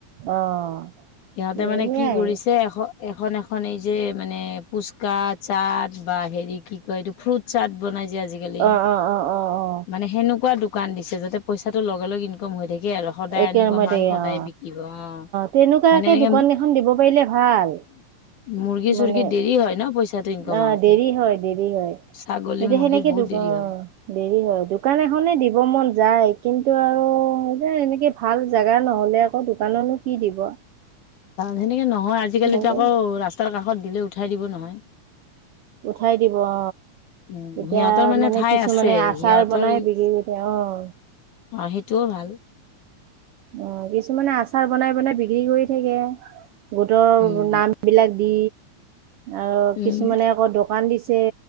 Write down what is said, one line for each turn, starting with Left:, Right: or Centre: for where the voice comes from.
Right: অ'!
Left: সিহঁতে
Right: সেয়াই
Left: মানে কি কৰিছে এশ এখন, এখন এই যে, মানে ফুচকা, চাট বা হেৰি কি কয় এইটো ফ্ৰুট চাট বনাই আজিকালি
Right: অ অ অ অ অ
Left: মানে সেনেকুৱা দোকান দিছে যাতে পইচাটো লগে, লগে ইনকম হৈ থাক <unintelligible> আৰু সদায়
Right: একে
Left: আনিব
Right: ৰুমতে
Left: মাল সদায়
Right: অ
Left: বিকিব অ'।
Right: তেনেকুৱাকে
Left: মানে এনেকে
Right: দোকান এখন দিব পাৰিলে ভাল,
Left: মুৰ্গী
Right: মানে
Left: চুৰ্গী দেৰি হয় ন পইচাটো ইনকম
Right: অ',
Left: আহোতে
Right: দেৰি হয়, দেৰি হয়।
Left: ছাগলী
Right: সেইটো
Left: মুৰ্গীৰ
Right: সেনেকে
Left: বহুত
Right: দো,
Left: দেৰি
Right: অ',
Left: হয়
Right: দেৰি হয়, দোকান এখনে দিব মন যায়। কিন্তু আৰু এ, এনেকে ভাল জোগা নহ'লে আকৌ দোকানোনো কি দিব?
Left: সেনেকে নহয়, আজিকালিতো
Right: লাগে
Left: আকৌ ৰাস্তাৰ কাষত দিলে উঠাই দিব নহয়।
Right: উঠাই দিব অ'।
Left: উম,
Right: এতিয়া
Left: সিহঁতৰ
Right: মানে
Left: ঠাই
Right: কিছুমানে
Left: আছে
Right: আচাৰ
Left: সিহঁতৰ
Right: বনাই বিকি কৰি <unintelligible> অ'
Left: অ' সেইটোও ভাল।
Right: অ কিছুমানে আচাৰ বনাই বনাই বিক্ৰী কৰি থাকে গোটৰ
Left: উম,
Right: নাম বিলাক, দি আৰু কিছুমানে
Left: উম,
Right: আকৌ দোকান দিছে